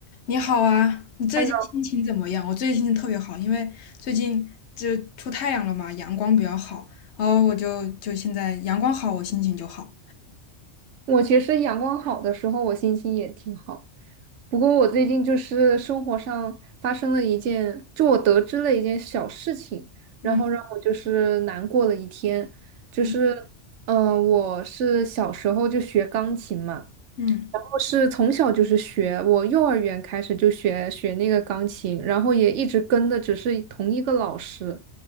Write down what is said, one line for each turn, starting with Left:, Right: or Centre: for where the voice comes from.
Left: 你好啊，你最近心情怎么样？
Right: 看到
Left: 我最近心情特别好，因为最近就出太阳了嘛，阳光比较好，然后我就就现在阳光好，我心情就好。
Right: 我其实阳光好的时候，我心情也挺好。不过我最近就是生活上发生了一件，就我得知了一件小事情，然后让我就是难过了一天。
Left: 嗯
Right: 就是，
Left: 嗯
Right: 嗯、我是小时候就学钢琴嘛。
Left: 嗯，
Right: 然后是从小就是学，我幼儿园开始就学学那个钢琴，然后也一直跟的只是同一个老师。